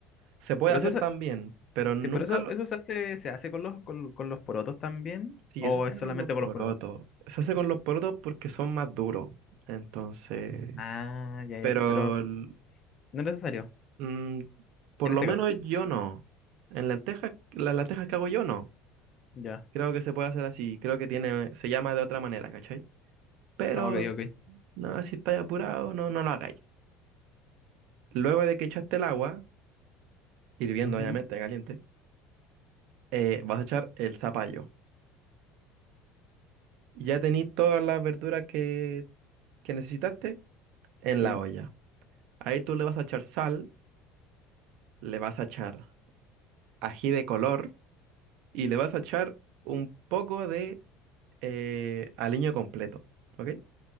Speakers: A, on the right (about 70°); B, on the left (about 40°).
A: Se puede
B: Pero
A: hacer
B: eso se,
A: también, pero nunca
B: sí, pero eso,
A: lo...
B: eso se hace, se hace con los, con, con los porotos también,
A: Sí,
B: ¿o
A: eso se
B: es
A: hace
B: solamente
A: con los porotos.
B: con los porotos?
A: Se hace con los porotos porque son más duros. Entonces,
B: Ah, ya,
A: pero
B: ya, pero
A: el-
B: no es necesario,
A: mm, por
B: en
A: lo
B: este
A: menos
B: caso.
A: yo no. En lentejas, las lentejas que hago yo no.
B: Ya.
A: Creo que se puede hacer así. Creo que tiene, se llama de otra manera, ¿cachai? Pero
B: Ah, ok, ok.
A: no, si estáis apurado, no, no lo hagáis. Luego de que echaste el agua, hirviendo
B: Ujú,
A: obviamente, caliente, eh, vas a echar el zapallo. Ya tenéis todas las verduras que, que necesitaste en
B: sí.
A: la olla. Ahí tú le vas a echar sal, le vas a echar ají de color y le vas a echar un poco de eh, aliño completo, ¿ok?